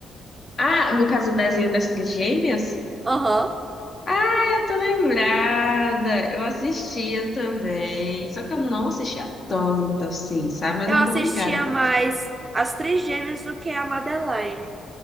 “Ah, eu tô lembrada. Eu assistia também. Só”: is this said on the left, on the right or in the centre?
Left